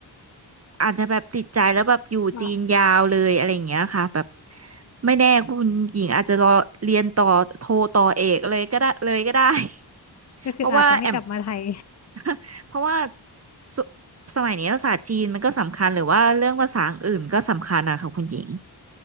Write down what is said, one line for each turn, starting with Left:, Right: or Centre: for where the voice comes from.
Right: อาจจะแบบติดใจแล้วแบบอยู่จีนยาวเลยอะไรอย่างเงี้ยค่ะแบบ
Left: ก็
Right: ไม่แน่คุณหญิงอาจจะรอเรียนต่อโทต่อเอกเลยก็ได้ <laughs> เลยก็ได้ <laughs>
Left: ก็คืออาจจะไม่กลับมาไทย
Right: เพราะว่าแอม <laughs> เพราะว่าสสมัยนี้ภาษาจีนมันก็สำคัญหรือว่าเรื่องภาษาอื่นก็สำคัญนะคะคุณหญิง